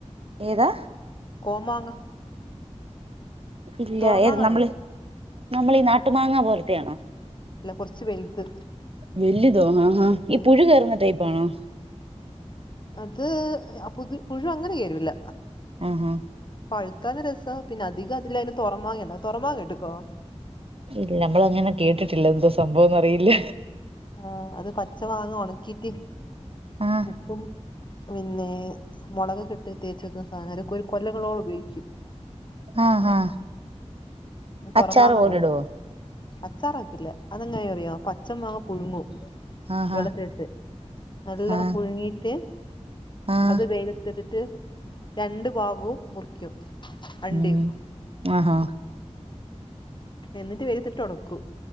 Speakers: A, on the right; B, on the left.
A: ഏതാ
B: കോമാങ്ങ
A: ഇല്ല
B: തൊറമാങ്ങ
A: ഏത് നമ്മൾ
B: അറിയോ
A: നമ്മളീ നാട്ടു മാങ്ങ പോലത്തെയ ആണോ
B: അല്ല കുറച്ച് വലുത്
A: വലുതോ ആഹ ഹ ഈ
B: ഉം
A: പുഴു കയറുന്ന ടൈപ്പാണോ
B: അത് പുതു പുഴു അങ്ങനെ കേറില്ല
A: ആഹ ആഹ
B: പഴുത്താല് രസാ പിന്നെ അതികതിലെന് തൊറമാങ്ങല്ലേ തൊറമാ കേട്ട്കോ
A: ഇല്ല നമ്മളങ്ങനെ കേട്ടിട്ടില്ല എന്തോ സംഭവംന്നറിയില്ല
B: ആഹ് അത് പച്ചമാങ്ങ ഉണക്കിട്ട്
A: ആഹ്
B: ഉപ്പും പിന്നെ മുളകൊക്കെട്ട് തേച് വെകുന്നസാനാ കൊല്ലങ്ങളോളം ഉപയോഗിക്കും
A: ആഹ് ആഹ്
B: തൊറമാങ്ങന്നറിം
A: അച്ചാറ് പോലിടുവോ
B: അച്ചാറാകൂല അതെങ്ങനാറിയോ പച്ചമാങ്ങ പുഴുങ്ങും
A: ആഹാ
B: വെള്ളത്തിട്ട് നല്ലോണം
A: ആഹ്
B: പുഴുങ്ങിട്ട്
A: ആഹ്
B: അത് വെയിലെ തിട്ടിട്ട് രണ്ട് ഭാഗവും മുറിക്കും അണ്ടിയും
A: ഉം ആഹ്
B: എന്നിട്ട് വെയിലത്തിട്ട് ഒണക്കും